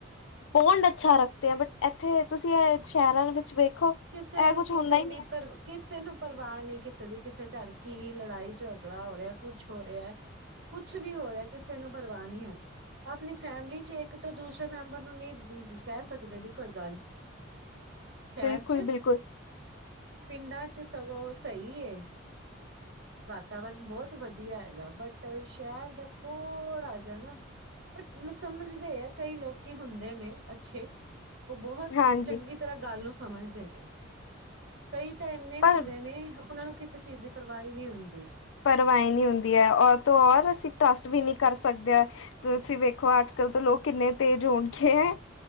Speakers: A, on the left (about 70°); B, on the right (about 60°).
A: ਹੋਲਡ ਅੱਛਾ ਰੱਖਤੇ ਹੈੰ, ਬਟ ਐਥੇ ਤੁਸੀਂ ਏਹ ਸ਼ਹਿਰਾਂ ਦੇ ਵਿੱਚ ਵੇਖੋ
B: ਤੈਨੂੰ
A: ਇਹ ਕੁਛ
B: ਕਿਸੇ
A: ਹੁੰਦਾ ਹੀ
B: ਦੀ
A: ਨਹੀਂ ਹੈ
B: ਕਿਸੇ ਨੂੰ ਪਰਵਾਹ ਨਹੀਂ ਕਿਸੇ ਦੀ, ਕਿਸੇ ਘਰ ਕੀ ਲੜਾਈ ਝਗੜਾ ਹੋ ਰਿਹੈ, ਕੁਛ ਹੋ ਰਿਹੈ ਕੁਛ ਵੀ ਹੋ ਰਿਹੈ, ਕਿਸੇ ਨੂੰ ਪਰਵਾਹ ਨਹੀਂ ਹੈ। ਆਪਨੀ ਫੈਮਿਲੀ 'ਚ ਇੱਕ ਤੋਂ ਦੂਸਰੇ ਮੈਂਬਰ ਨੂੰ ਨਹੀਂ ਕੈਹ ਸਕਦੇ ਬੀ ਕੋਈ ਗੱਲ ਸ਼ਹਿਰ
A: ਬਿਲਕੁਲ
B: ਚ
A: -ਬਿਲਕੁਲ।
B: ਪਿੰਡਾਂ 'ਚ ਸਗੋਂ, ਸਈ ਏ। ਵਾਤਾਵਰਨ ਬਹੁਤ ਵਧੀਆ ਹੈਗਾ, ਬਟ ਸ਼ਹਿਰ ਦਾ ਥੋੜ੍ਹਾ ਜੇਹਾ ਨਾ ਬਟ ਨੂੰ ਸਮਝਦੇ ਐ ਕਈ ਲੋਕੀ ਹੁੰਦੇ ਨੇ, ਅੱਛੇ ਓਹ ਬਹੋਤ
A: ਹਾਂਜੀ
B: ਚੰਗੀ ਤਰ੍ਹਾਂ ਗੱਲ ਨੂੰ ਸਮਝਦੇ ਨੇ। ਕਈ ਤਾਂ ਏਨੇ
A: ਪਰ
B: ਹੁੰਦੇ ਨੇ ਓਹਨਾਂ ਨੂੰ ਕਿਸੇ ਚੀਜ਼ ਦੀ ਪਰਵਾਹ ਈ ਨਈ ਹੁੰਦੀ।
A: ਪਰਵਾ ਈ ਨੀ ਹੁੰਦੀ ਹੈ। ਔਰ ਤੋਂ ਔਰ ਅਸੀਂ ਟਰੱਸਟ ਵੀ ਨਹੀਂ ਕਰ ਸਕਦੇ ਹੈ ਤੁਸੀਂ ਵੇਖੋ ਅੱਜ ਕੱਲ੍ਹ ਤਾਂ ਲੋਕ ਕਿੰਨੇ ਤੇਜ਼ ਹੋਗੇ ਹੈ।